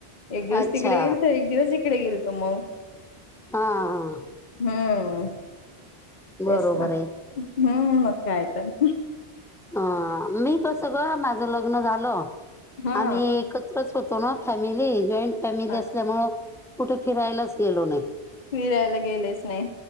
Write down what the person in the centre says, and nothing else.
अच्छा
हां आ आ.
बरोबर
आहे
हा मी कस ग? माझं लग्न झालं
आम्ही एक त्रच होतो ना फॅमिली, जॉईंट फॅमिली
असल्यामुळे, कुठ फिरायलाच गेलो नही.